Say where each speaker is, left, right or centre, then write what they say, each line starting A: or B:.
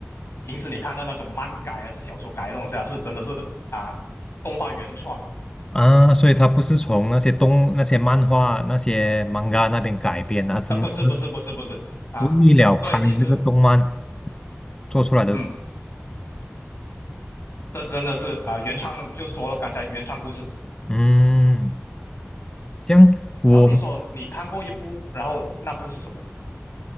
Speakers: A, on the left; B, on the left.
A: 平时你看到那种漫改还是小说改的东西啊，它是真的是啊、动画原创，
B: 啊，所以它不是从那些动那些漫画、那些 manga 那边改编的，它真的是
A: 啊，不是不是不是不是啊，
B: 为了拍这个动漫
A: 所以其实
B: 做出来的。
A: 嗯。这真的是啊、呃原创就说了刚才原创故事，
B: 嗯，这样我
A: 然后你说你看过一部，然后那部是什么？